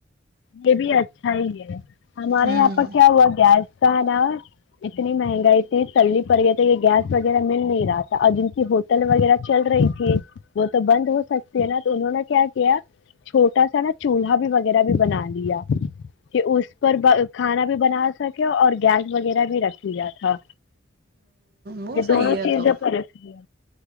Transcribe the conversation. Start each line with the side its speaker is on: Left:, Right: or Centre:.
Left: یہ بھی اچھا ہی ہے ہمارے
Right: ہوں
Left: یہاں پر کیا ہوا گیس کا ہے اتنی مہنگائی تھی سللی پڑ گئے تھے یہ گیس وغیرہ مل نہیں رہا تھا ا جن کی ہوٹل وغیرہ چل رہی تھی وہ تو بند ہو سکتی ہے نا تو انہوں نے کیا کیا چھوٹا سا نا چولہا بھی وغیرہ بھی بناا آ گیا <unintelligible> کہ اس پر کھانا <unintelligible> بھی بنا سکے اور گیس وغیرہ بھی رکھ لیا تھا
Right: وہ
Left: ا
Right: صحیح
Left: دونوں
Right: ہے
Left: چیز
Right: تو
Left: پرس دیا